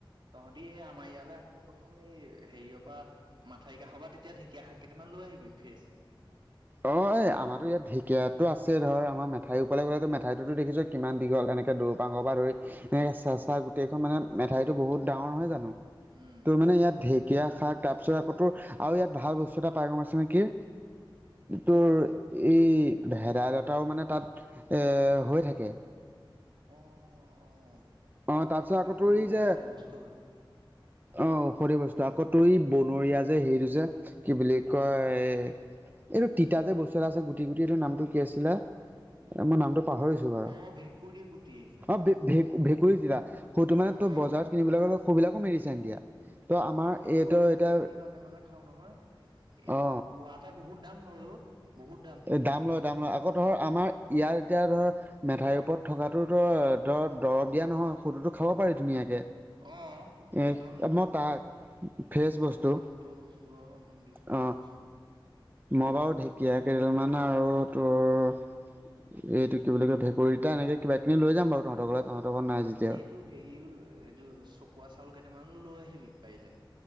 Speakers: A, on the right; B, on the right.
A: তহঁতি এই আমাৰ ইয়ালৈ আহোতে প্ৰথম এই হেৰিয়ৰ পৰা মাঠৰি কাষ'ৰ পা তেতিয়া ঢেকীয়া শাক কেইটামান লৈ আহিবি ফেচ।
B: অ এই আমাৰো ইয়াত ঢেকীয়াতো আছে ধৰ আমাৰ মেথা ওপৰলৈ গ'লেতো মেঠাইতোত দেখিছই। কিমান দীঘল এনেকৈ দূৰৰ পৰা পাঙৰ পৰা ধৰি এনেকৈ চেঁচা গোটেইখন মানে মেঠাইটো বহুত ডাঙৰ নহয় জানো
A: উম
B: তো মানে ইয়াত ঢেকীয়া শাক তাৰপিছত আকৌ তোৰ আৰু ইয়াত ভাল বস্তু এটা পাই গম আছে নে কি
A: কি
B: তোৰ
A: বাৰু
B: এই ভেদাইলতাও মানে তাত এ হৈ থাকে।
A: অ অ অ অ।
B: অ তাৰপিছত আকৌ
A: লাগে
B: তোৰ এই যে
A: ঔষধি বস্তু হয়
B: অ ঔষধি বস্তু আকৌ তোৰ এই বনৰীয়া যে হেটো যে কি বুলি কয় এইটো তিতা যে বস্তু এটা আছে গুটি গুটি এইটো নামটো কি আছিলে, মই নামটো পাহৰিছো
A: অ
B: বাৰু,
A: ভেকুৰী গুটি
B: অ ভে ভে ভেঁকুৰী তিতা, সৌটো মানে তোৰ
A: অ
B: বজাৰত কিনিবলৈ গলে সেইবিলাকো মেডিচিন দিয়া। ত'
A: অ
B: আমাৰ
A: সেইবোৰ
B: এইটো
A: আমি
B: এতিয়া
A: কিনি কিনি মাজে মাজে খাও নহয়, এই
B: অ
A: পোৱাত তাৰ বহুত দাম লয় অ বহুত দাম
B: দাম লয় দাম লয় আকৌ ধৰ আমাৰ ইয়াত এতিয়া ধৰ মেঠাইৰ ওপৰত থকাতোতো ধৰ দৰব দিয়া নহয় সৌটোতো খাব পাৰি ধুনীয়াকে।
A: অ
B: এ
A: একদম।
B: মই তাক ফ্ৰেছ
A: শুদ্ধ
B: বস্তু
A: শুদ্ধ বস্তু আৰু একদম বিশুদ্ধ
B: অ
A: বস্তু।
B: মই বাৰু ঢেকীয়াক কেৰেল মান আৰু তোৰ এইটো কি বুলি কয় খুৰিতা এনেক কিবা কিবি লৈ যাম বাৰু তহঁতৰ ঘৰলে তঁহতৰ ঘৰত নাই যেতিয়া।
A: টো হেৰিও এইটো চকুৱা চাউল কেইটামানো লৈ আহিবি পাৰিলে।